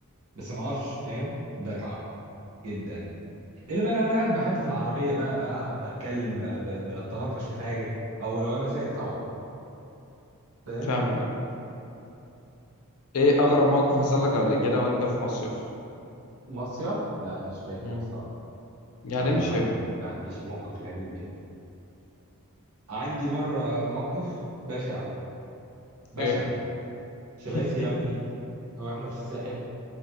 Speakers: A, on the right (about 75°); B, on the left (about 80°).
A: بس ما اقفش فاهم بتعب جدا الا بقى لو انا قاعد مع حد في العربيه بقى بلعب بتكلم بقى ب- بتناقش في حاجه او لو انا سايق طبعا فاهم
B: فاهمك اه. ايه اغرب موقف حصل لك قبل كده وانت في مصيف
A: مصيف لا مش فاكر
B: مم.
A: الصراحه
B: يعني
A: ما,
B: إيه مش
A: ما,
B: فاكر
A: عن- ما عنديش موقف غريب يعني عندي مره موقف بشع بشع
B: ايه
A: شباسي
B: <laughs>
A: يا ابني او احنا في الساحل